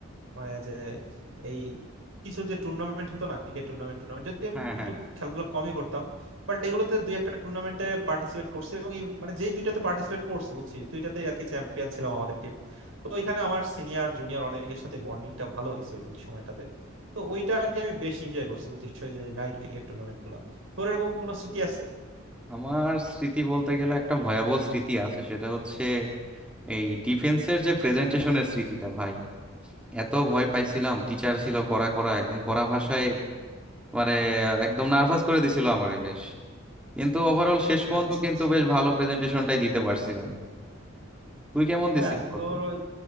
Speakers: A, on the right; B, in the centre.
A: মানে যে এই কিছু যে টুর্নামেন্ট হতো না ক্রিকেট টুর্নামেন্ট টুর্নামেন্ট যদি আমি
B: হ্যাঁ হ্যাঁ
A: একটু খেলাধুলা কমই করতাম বাট এগুলোতে দুই একটা টুর্নামেন্টে পার্টিসিপেট করছি এবং এই- মানে যেই দুইটাতে পার্টিসিপেট করছি বুঝছি দুইটাতে আর কি চ্যাম্পিয়ন ছিলাম আমাদের টিম তো ওইখানে আমার সিনিয়র জুনিয়র অনেকের সাথে বন্ডিংটা ভালো হয়েছে ওই সময়টাতে তো ওইটা আর কি আমি বেশ এনজয় করছি বুঝছিস ওই যে নাইট ক্রিকেট টুর্নামেন্ট গুলা তোর এরকম কোনো স্মৃতি আছে
B: আমার স্মৃতি বলতে গেলে একটা ভয়াবহ স্মৃতি আছে সেটা হচ্ছে এই ডিফেন্সের যে প্রেজেন্টেশনের স্মৃতিটা ভাই এত ভয় পাইছিলাম টিচার ছিল কড়া কড়া একদম কড়া ভাষায় মানে আহ, একদম নার্ভাস করে দিছিল আমারে বেশ কিন্তু ওভারঅল শেষ পর্যন্ত
A: আচ্ছা
B: কিন্তু
A: আচ্ছা
B: বেশ ভালো প্রেজেন্টেশনটাই দিতে পারছিলাম তুই কেমন দিছিস
A: হ্যাঁ
B: বলতো
A: তোর ওই